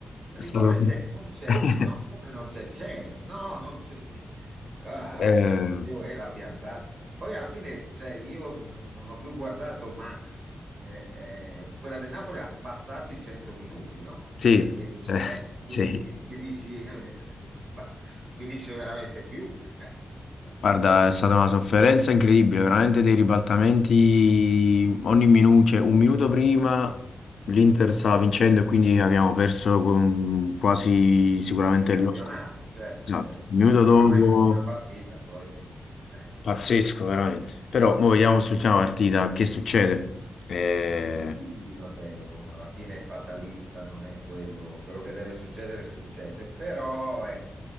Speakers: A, on the right (about 60°); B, on the left (about 75°).
A: rigore
B: È stato...
A: c'è, non c'è,
B: <laughs>
A: no, come non c'è, c'è, no, non c'è. sì. Ah,
B: Eh,
A: <laughs> dicevo, eh, l'ha piantata. Poi alla fine, cioè, io n- non ho più guardato, ma eh, eh, quella del Napoli ha passato i 100 minuti, no?
B: sì,
A: Perché,
B: cioè,
A: eh, quindi
B: sì.
A: che, che dici, eh, <laughs> va, non finisce veramente più. <laughs>
B: Guarda, è stata una sofferenza incredibile, veramente dei ribaltamenti ogni minuto, cioè un minuto prima l'Inter stava vincendo e quindi abbiamo perso con quasi sicuramente
A: di campionato,
B: lo scopo.
A: certo,
B: Esatto.
A: certo,
B: Un minuto
A: perché
B: dopo,
A: oramai manca una partita, poi... eh, <laughs>
B: pazzesco veramente. Però mo vediamo sull'ultima partita che succede. Eh,
A: sì, vabbè, uno alla fine è fatalista, non è quello, quello che deve succedere succede, però ecco,